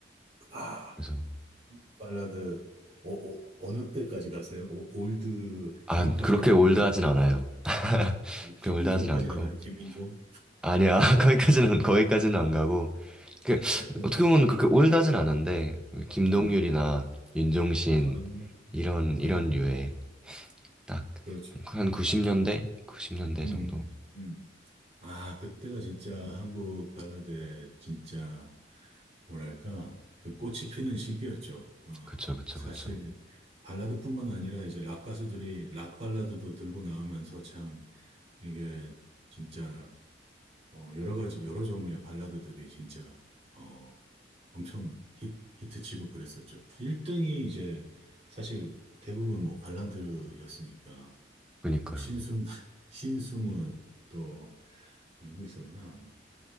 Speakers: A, on the right; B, in the centre.
A: 아.
B: 그래서
A: 한국 발라드 어, 느 때까지 가세요? 오- 올드
B: 아
A: 케이팝이라
B: 그렇게
A: 그러면
B: 올드하진 않아요
A: 뭐
B: 그렇게
A: 김민종까지
B: 올드하진 않고
A: 가나요? 김민종?
B: 아니야. <laughs> 거기까지는 거기까지는 안 가고 그
A: <laughs> 네.
B: 어떻게 보면 그렇게 올드하진 않은데
A: 네.
B: 김동률이나
A: 네.
B: 윤종신
A: 아,
B: 이런
A: 아,
B: 이런 류의 딱한
A: 그렇죠.
B: 90년대
A: 음,
B: 90년대
A: 음.
B: 정도.
A: 음. 아, 그때가 진짜 한국 발라드의 진짜 뭐랄까 그 꽃이 피는 시기였죠. 어,
B: 그쵸 그쵸
A: 사실
B: 그쵸.
A: 발라드뿐만 아니라 이제 락 가수들이 락 발라드도 들고 나오면서 참 이게 진짜 어, 여러 가지, 여러 종류의 발라드들이 진짜, 어, 엄청 히, 히트치고 그랬었죠. 1등이 이제 사실 대부분 뭐 발라드였으니까,
B: 그니까요.
A: 뭐 신승, <laughs> 신승은 또 누구 있었나?